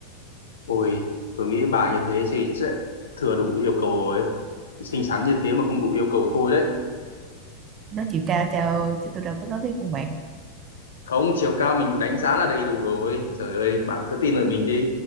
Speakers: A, on the left (about 80°); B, on the right (about 35°).
A: ôi tôi nghĩ bà như thế thì sẽ thừa đủ yêu cầu rồi xinh xắn như thế mà không đủ yêu cầu thôi đấy
B: nó chiều cao trời ơi chứ tôi đâu có nói cái khuôn mặt
A: không chiều cao mình đánh giá là đầy đủ rồi trời ơi bạn cứ tin lời mình đi